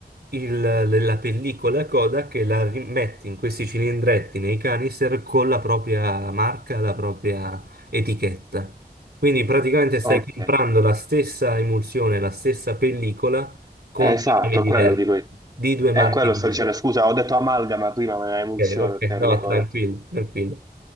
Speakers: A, on the right; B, on the right.
A: il- la pellicola Kodak e la rimette in questi cilindretti nei canister con la propria marca, la propria etichetta. Quindi praticamente stai
B: Ok,
A: comprando la stessa emulsione, la stessa pellicola con
B: esatto,
A: due nomi diversi,
B: quello dico io.
A: di due
B: È
A: marche
B: quello
A: diverse.
B: sto dicendo. Scusa, ho detto amalgama prima, ma è emulsione
A: Ok, ok,
B: il termine
A: no, tranquillo,
B: corretto.
A: tranquillo.